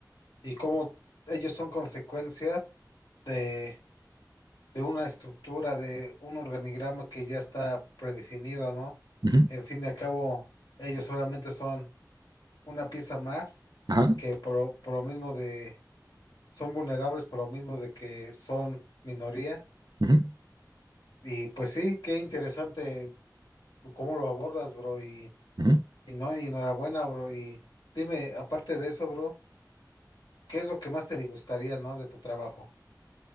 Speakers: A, on the left; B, on the right.
A: y cómo ellos son consecuencia de, de una estructura, de un organigrama que ya está predefinido, ¿no?
B: ujú,
A: En fin y al cabo, ellos solamente son una pieza más
B: ajá,
A: que por, lo- por lo mismo de, son vulnerables por lo mismo de que son minoría.
B: ujú,
A: Y pues sí, qué interesante tú cómo lo abordas, bro, y,
B: ujú.
A: y no, y enhorabuena, bro, y dime, aparte de eso, bro, ¿qué es lo que más te gustaría, no, de tu trabajo?